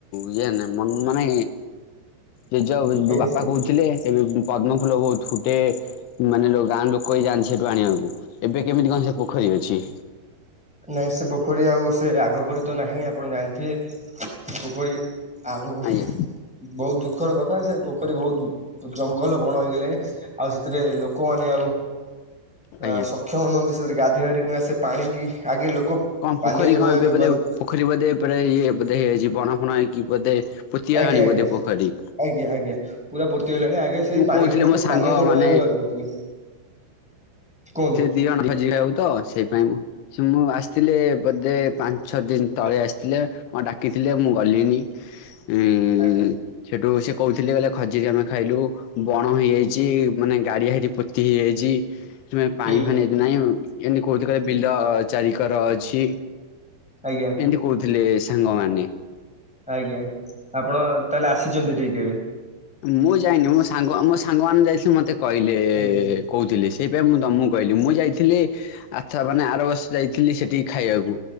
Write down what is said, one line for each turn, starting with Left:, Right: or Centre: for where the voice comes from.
Left: ଇଏ ନାହିଁ ମାନେ ଜେଜେ
Centre: ଆଜ୍ଞା
Left: ବାପା
Centre: ସେ
Left: କହୁଥିଲେ। ଏବେ ପଦ୍ମ ଫୁଲ ବହୁତ ଫୁଟେ ମାନେ ଗାଁ ଲୋକ ହିଁ ଯାଅନ୍ତି ସେଠୁ ଆଣିବାକୁ ଏବେ କେମିତି କଣ ସେ ପୋଖରୀ ଅଛି?
Centre: ନାଇଁ ସେ ପୋଖରୀ ଆଉ ସେ ଆଗ ପରି ତ ନାହିଁ ଆପଣ ଜାଣିଥିବେ ସେ ପୋଖରୀ ଆଉ
Left: ଆଜ୍ଞା
Centre: ବହୁତ ଦୁଃଖର କଥା ଯେପୋଖରୀ ବହୁତ ଜଙ୍ଗଲ ବଣ ହେଇଗଲାଣି। ଆଉ ସେଥିରେ ଲୋକମାନେଆଉ
Left: ଆଜ୍ଞା
Centre: ଅ ସକ୍ଷମ ନୁହନ୍ତି ସେଥିରେ ଗାଧୋଇବାର କିମ୍ବା ସେ ପାଣିକି ଆଗେ ଲୋକ
Left: କଣ
Centre: ପାନୀୟ
Left: ପୋଖରୀ
Centre: ଜଳ
Left: କଣ
Centre: ଭାବେ ବ୍ୟବହାର
Left: ଏବେ ଯାଉ
Centre: କରୁଛି
Left: ପୋଖରୀ ବୋଧେ ପୁର ଇଏ ବୋଧେ ହେଇଯାଇଛି ବଣା ଫଣ ହେଇ ବୋଧେ ପୋତିଆ
Centre: ଆଜ୍ଞା
Left: ଆଣ
Centre: ଆଜ୍ଞା
Left: ବୋଧେ ପୋଖରୀ।
Centre: ଆଜ୍ଞା ଆଜ୍ଞା ପୁରା ପୋତିଗଲାଣି ଆଜ୍ଞା ସେଇ
Left: ମୁଁ
Centre: ପାଣିକୁ
Left: କହୁଥିଲି
Centre: ଲୋକ
Left: ମୋ ସାଙ୍ଗ
Centre: ପାନୀୟ ଜଳ
Left: ମାନେ
Centre: ଭାବେ ବ୍ୟବହାର କରୁଥିଲେ। କୁହନ୍ତୁ
Left: ସେ ଦି ଜଣ ଭୋଜି ଖାଇବାକୁ ତ ସେଇପାଇଁ ମୁଁ ସେ ମୁଁ ଆସିଥିଲି ବୋଧେ ପାଞ୍ଚ ଛଅ ଦିନ ତଳେ ଆସିଥିଲେ ହଁଡାକିଥିଲେ ମୁଁ ଗଲିନି। ହୁହୁହୁହୁଉ
Centre: ଆଜ୍ଞା
Left: ସେଠୁ ସେ କହୁଥିଲେ ଖଜୁରୀ ଆମେ ଖାଇଲୁ ବଣ ହେଇଯାଇଛି।
Centre: ହୁଁ
Left: ମାନେ ଗାଡିଆ ହେଠି ପୋତି ହେଇଯାଇଛି ପାଣି
Centre: ହୁଁ
Left: ଫାଣିି ହେଠିନାହିଁ କେମିତି କହିଛିବିଲ
Centre: ହୁଁ
Left: ଚାରିକର ଅଛି
Centre: ଆଜ୍ଞା
Left: ଏମିତି କହୁଥିଲେ ସାଙ୍ଗମାନେ
Centre: ଆଜ୍ଞା ଆପଣ ତାହେଲେ ଆସିଛନ୍ତି ଠିକରେ?
Left: ମୁଁ ଯାଇନି ମୋ ସାଙ୍ଗ ମୋ ସାଙ୍ଗ ମାନ ଯାଇଥିଲେ ମତେ କହିଲେ
Centre: ଆଜ୍ଞା
Left: କହୁଥିଲେ ସେଇପାଇଁ ମୁଁ ତମକୁ କହିଲି ମୁଁ ଯାଇଥିଲେ ଆଚ୍ଛମାନେ ଆର ବର୍ଷଯାଇଥିଲି ସେଠିକି ଖାଇବାକୁ